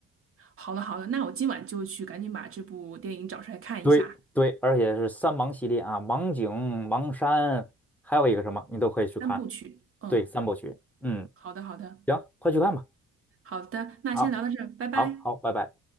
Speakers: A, on the right; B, in the centre.
A: 好了好了，那我今晚就去赶紧把这部电影找出来看一下，
B: 对对，而且是三盲系列啊，盲井、盲山，还有一个什么，你都可以去看。
A: 三部曲。嗯，
B: 对，三部曲。嗯，
A: 好的好的。
B: 行，快去看吧。
A: 好的，那先聊到这儿，
B: 好，
A: 拜拜。
B: 好，好，拜拜。